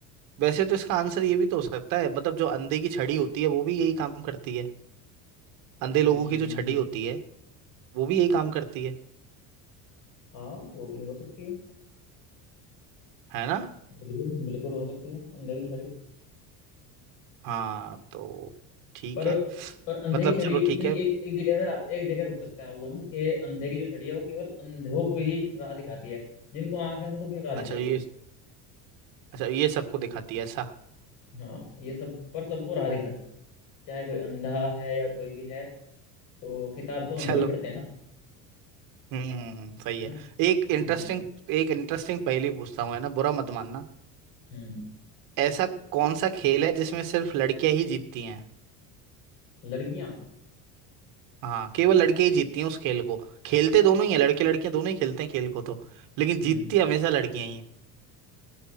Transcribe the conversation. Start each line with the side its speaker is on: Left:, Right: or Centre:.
Right: वैसे तो इसका आंसर ये भी तो हो सकता है मतलब जो अंधे की छड़ी होती है वो भी यही काम करती है अंधे लोगों
Left: हम्म,
Right: की जो छड़ी होती है वो भी यही काम करती है
Left: हाँ वो भी हो सकती है
Right: है ना
Left: बिल्कुल बिल्कुल हो सकती है अंधे की छड़ी
Right: हाँ तो ठीक
Left: पर
Right: है
Left: पर अंधे
Right: मतलब
Left: की छड़ी
Right: चलो ठीक
Left: में एक
Right: है
Left: एक जगह पे आप एक जगह रुक सकता है वो ना कि अंधे की जो छड़ी है वो केवल अंधों को ही राह दिखाती है जिनको आंख है उनको क्यों राह दिखाएगी
Right: अच्छा ये अच्छा ये सबको दिखाती है ऐसा <laughs>
Left: हाँ ये सब पर सबको राह दिखाती चाहे कोई अंधा है या कोई भी है तो किताब तो अंधे
Right: चलो
Left: भी पढ़ते हैं ना
Right: हम्म हम्म, हम्म, सही
Left: है
Right: है
Left: ना
Right: एक इंटरेस्टिंग
Left: हम्म
Right: एक इंटरेस्टिंग पहेली पूछता हूँ है ना बुरा मत मानना
Left: हम्म
Right: ऐसा कौन सा खेल है जिसमें सिर्फ लड़कियां ही जीतती हैं
Left: लड़कियां
Right: हाँ केवल लड़कियां ही जीतती हैं उस खेल को खेलते दोनों ही हैं लड़के लड़कियां दोनों ही खेलते हैं खेल को तो लेकिन
Left: हम्म
Right: जीतती हमेशा लड़कियां ही हैं